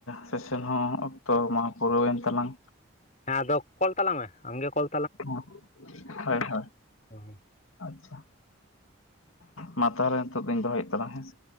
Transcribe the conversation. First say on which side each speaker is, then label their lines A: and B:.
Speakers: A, on the left (about 80°); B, on the left (about 35°).
A: ᱥᱮᱥᱮᱱ ᱦᱚᱸ ᱚᱠᱛᱚ ᱢᱟ ᱯᱩᱨᱟᱹᱣᱮᱱ ᱛᱟᱞᱟᱝ
B: ᱦᱮᱸ ᱟᱫᱚ ᱠᱚᱞ ᱛᱟᱞᱟᱝ ᱢᱮ ᱟᱢᱜᱮ ᱠᱚᱞ
A: ᱦᱚᱸ ᱦᱳᱭ ᱦᱳᱭ
B: ᱚᱦᱚ
A: ᱟᱪᱪᱷᱟ ᱢᱟ ᱛᱟᱦᱚᱞᱮ ᱱᱤᱛᱚᱜ ᱫᱚᱧ ᱫᱚᱦᱚᱭᱮᱫ ᱛᱟᱞᱟᱧ ᱦᱮᱸᱥᱮ